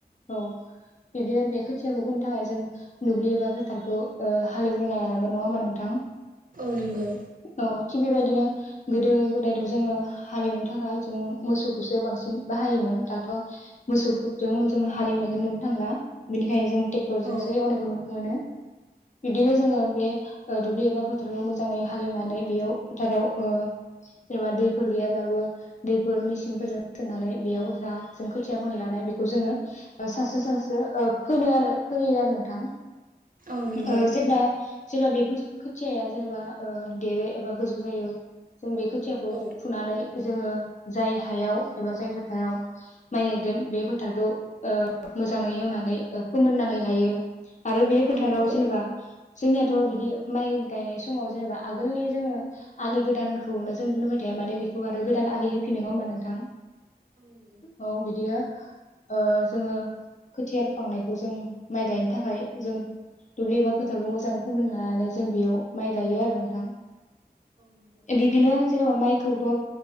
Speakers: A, on the left; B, on the right.
A: औ बिबदिनो बे फोरनि थाखाय जों दुब्लि एबा फोथारखौ ओ हालेवग्रोना लानांगोन नङा होमबा नोंथां?
B: औ नंगौ
A: औ थिग बेबायदिनो गोदो गोदायथ' जोङो हालेवनो थाखाय जों मोसौखौसो बांसिन बाहायोमोन दाथ' मोसौफोरजों जों हालेवनायखौनो नुनो थांला बिनि खाय जों ट्रेक्टरजोंसो
B: औ
A: एवनायखौ नुनो मोनो। बिदिनो जोङो बे ओ दुब्लि एबा फोथाराव मोजाङै हालेवनानै बेयाव फोथाराव ओ जेनोबा दैफोर गैयाब्लाबो दैफोर मेसिनफोरजों थोनानै लायो बेयाव जा जों खोथिया फोनो लानाय बेखौ जोङो सासे सासे ओ फोनो आरो फोयो आरो नोंथां।
B: औ नंगौ
A: ओ जेब्ला जेब्ला बेफोर खोथियाया जेनोबा ओ देरो एबा गोजौ जायो जों बे खोथियाखौ
B: औ
A: फुनानै जोङो जाय हायाव एबा जाय फोथाराव माइ गायगोन बे फोथारखौ ओ मोजाङै एवनानै ओ फोमोननानै लायो। आरो बे फोथाराव
B: औ नंगौ
A: जेनेबा, जोंनियाथ' बिदि माइ गायनाय समाव जेनेबा आगोलनि जोङो आलि गोदानखौनो जों दुबबाय थाया माने बेखौ आरो गोदान आलि होफिनो नङा होनोमबा नोंथां,
B: औ नंगौ
A: औ बिदिनो ओ जोङो खोथिया फुखांनाय, खौ जों माइ गायनो थाखाय जों दुब्लि एबा फोथारखौ मोजाङै फोमोनना लानानै जों बेयाव माइ गायो आरो नोंथां,
B: औ नंगौ
A: बिदिनो जेनेबा माइखौथ'